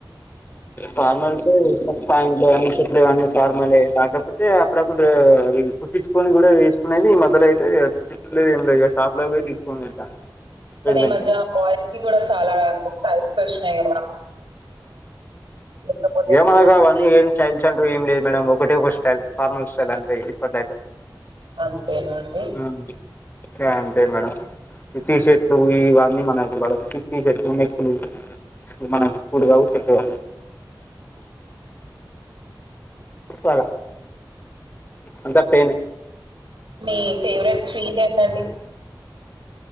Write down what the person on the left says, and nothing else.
ఫార్మల్సే ప్యాంట్లు కాని షర్ట్స్ కాని ఫార్మలే కాకపోతే అప్పుడప్పుడు అవి కుట్టిచుకొని కూడా ఏసుకునేది ఈ మధ్యలైతే కుట్టికుచుడు ఏం లేదు గాని, షాప్లకు పోయి తీసుకొని <unintelligible> రెడీమేడ్
ఏమో
ఇగా అవన్నీ ఏం స్టైల్స్ అంటు ఏం లేదు మేడం ఒకటే ఒక స్టైల్ ఫార్మల్స్ స్టైల్ అంతే ఇప్పట్లయితే.
హ్మ్ ఇగ అంతే మేడం. ఈ టీషర్ట్లు ఇవన్నీ మనకు పడవ్ టీషర్ట్లు నెక్కులు మనక్ సూట్ కావు సెట్ కావు. పోలా అంతా ప్లెయినే